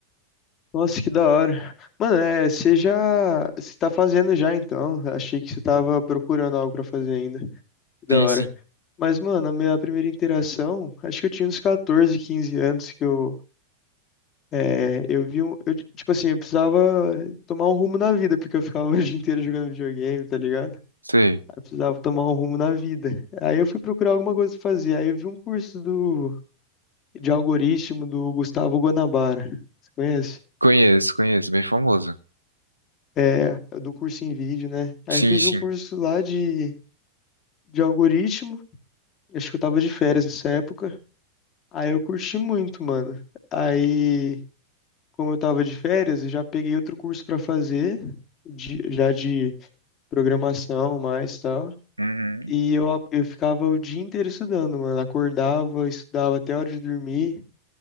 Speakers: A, on the left (about 30°); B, on the right (about 85°).
A: nossa, que da hora. Mano, é, você já, você tá fazendo já então? Achei que você tava procurando algo pra fazer ainda. Que da
B: Sim,
A: hora.
B: sim.
A: Mas, mano, a minha primeira interação, acho que eu tinha uns 14, 15 anos que eu, é, eu vi um, eu, tipo assim, eu precisava tomar um rumo na vida, porque eu ficava <laughs> o dia inteiro jogando videogame, tá ligado?
B: Sei.
A: Aí eu precisava tomar um rumo na vida. Aí eu fui procurar alguma coisa pra fazer. Aí eu vi um curso do, de algoritmo do Gustavo Guanabara. Você conhece?
B: Conheço, conheço. Bem famoso.
A: É, do curso em vídeo, né? Aí
B: Sim,
A: eu fiz
B: sim.
A: um curso lá de, de algoritmo. Acho que eu tava de férias nessa época. Aí eu curti muito, mano. Aí, como eu tava de férias, eu já peguei outro curso pra fazer, de- já de programação mais tal.
B: Uhum.
A: E eu, a- eu ficava o dia inteiro estudando, mano. Acordava, estudava até a hora de dormir.